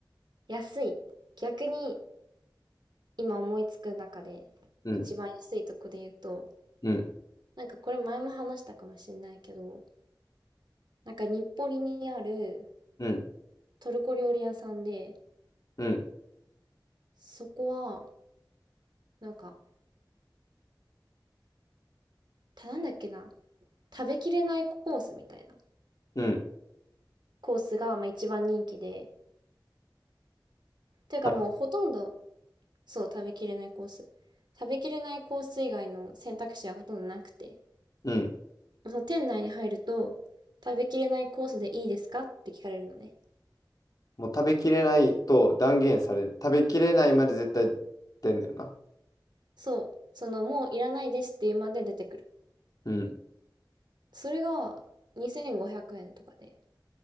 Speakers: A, on the right (about 70°); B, on the left (about 50°).
A: 安い。逆に今思いつく中で、
B: うん、
A: 一番安いとこで言うと、
B: うん、
A: なんかこれ前も話したかもしれないけど、なんか日暮里にある
B: うん、
A: トルコ料理屋さんで、
B: うん、
A: そこは、なんか、たなんだっけな、食べきれないコースみたいな
B: うん。
A: コースがまあ一番人気で、ていうかもうほとんど、
B: た
A: そう、食べきれないコース。食べきれないコース以外の選択肢はほとんどなくて、
B: うん。
A: その店内に入ると、食べきれないコースでいいですかって聞かれるのね。
B: もう食べきれないと断言される。食べきれないまで絶対出んねんな。
A: そう、そのもういらないですっていうまで出てくる。
B: うん。
A: それが2500円とかで。